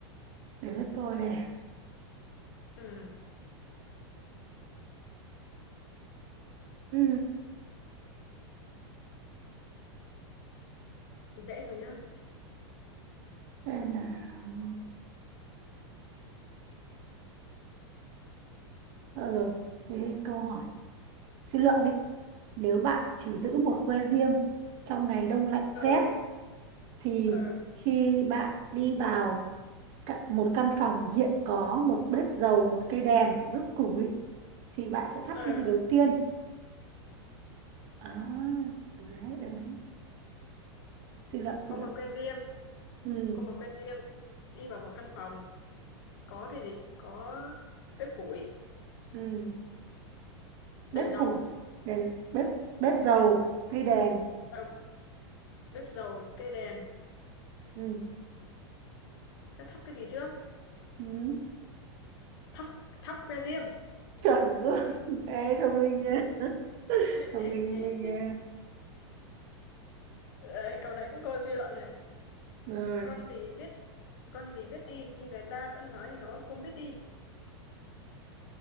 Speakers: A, on the right (about 40°); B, on the left (about 60°).
A: Đấy là tôi nè.
B: ừ
A: Ừ.
B: dễ rồi nhá
A: xem nào Ờ rồi cái câu hỏi suy luận đi nếu bạn chỉ giữ
B: Ô,
A: một que diêm trong ngày đông lạnh
B: ờ
A: rét thì
B: ờ
A: khi bạn đi vào cả- một căn phòng hiện có một bếp dầu một cây đèn một bếp củi thì bạn sẽ thắp
B: ờ
A: cái gì đầu tiên à được đấy được đấy suy luận suy
B: có
A: luận
B: một que diêm
A: ừ
B: có một que diêm đi vào một căn phòng có cái gì có bếp củi
A: ừ bếp
B: đèn dầu
A: củi đèn bếp bếp dầu cây đèn
B: ờ, bếp dầu cây đèn
A: ừ
B: sẽ thắp cái gì trước
A: ừ <laughs>
B: thắp thắp que diêm
A: chuẩn luôn Ê, thông minh nha
B: <laughs>
A: thông minh thông minh nha
B: Ê, câu này cũng câu suy luận này
A: rồi
B: con gì biết con gì biết đi nhưng người ta vẫn nói nó không biết đi